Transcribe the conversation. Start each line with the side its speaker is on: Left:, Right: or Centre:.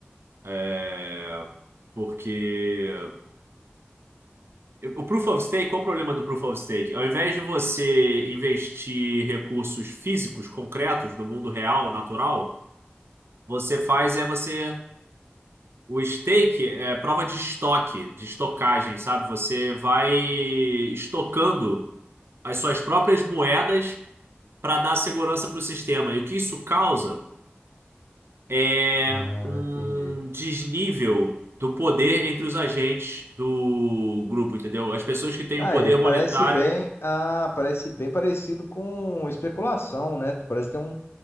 Right: É, porque o Proof of Stake, qual o problema do Proof of Stake? Ao invés de você investir recursos físicos, concretos, do mundo real, natural, você faz é você O stake é prova de estoque, de estocagem, sabe? Você vai estocando as suas próprias moedas para dar segurança para o sistema. E o que isso causa é
Left: Ah,
Right: um
Left: entendi.
Right: desnível do poder entre os agentes do grupo, entendeu? As pessoas que têm
Left: Ah,
Right: o poder
Left: é. Parece
Right: monetário.
Left: bem. Ah, parece bem parecido com especulação, né? Parece ter um,